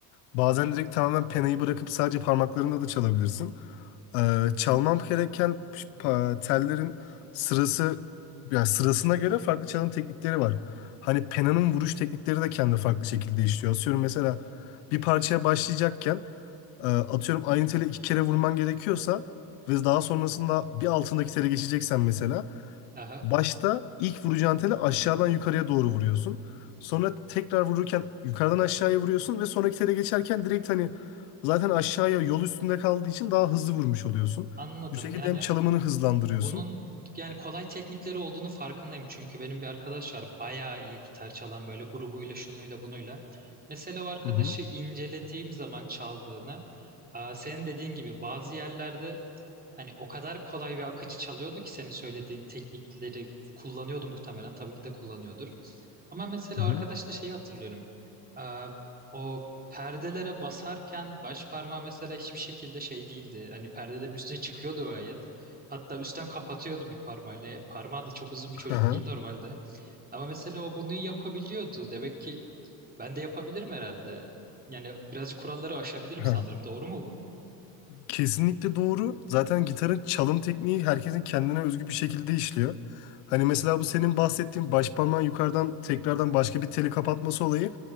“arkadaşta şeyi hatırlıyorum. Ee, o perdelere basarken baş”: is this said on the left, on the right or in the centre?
Right